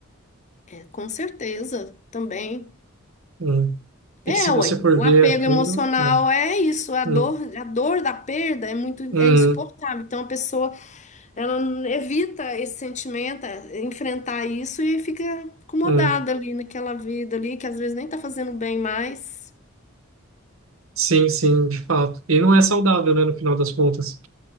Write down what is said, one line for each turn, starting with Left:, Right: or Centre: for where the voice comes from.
Left: É, com certeza, também.
Right: Hum,
Left: É,
Right: E que se
Left: ué,
Right: você for
Left: o
Right: ver
Left: apego
Right: a fundo,
Left: emocional
Right: é,
Left: é isso, a dor,
Right: hum,
Left: a dor da perda é muito,
Right: hum,
Left: é insuportável. Então a pessoa, ela evita esse sentimento, é, enfrentar isso e fica acomodada
Right: hum,
Left: ali naquela vida ali, que às vezes nem tá fazendo bem mais,
Right: sim, sim, de fato. E não é saudável, né, no final das contas.